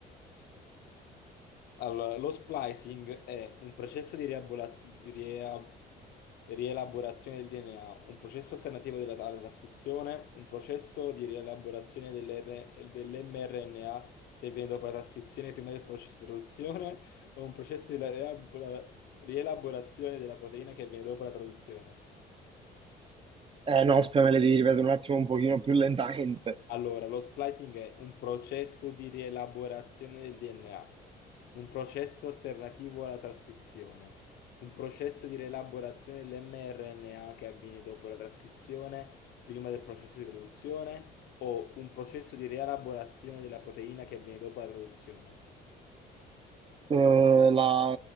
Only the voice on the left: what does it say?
Allora, lo splicing è un processo di, riabola- di ria- rielaborazione del DNA, un processo alternativo della alla trascrizione, un processo di rielaborazione dell'R- dell'mRNA che avviene dopo la trascrizione prima del processo di traduzione, o un processo di la- riabola- rielaborazione della proteina che avviene dopo la traduzione.
Allora, lo splicing è un processo di rielaborazione del DNA, un processo alternativo alla trascrizione, un processo di rielaborazione dell'mRNA che avviene dopo la trascrizione, prima del processo di traduzione, o un processo di rielaborazione della proteina che avviene dopo la traduzione.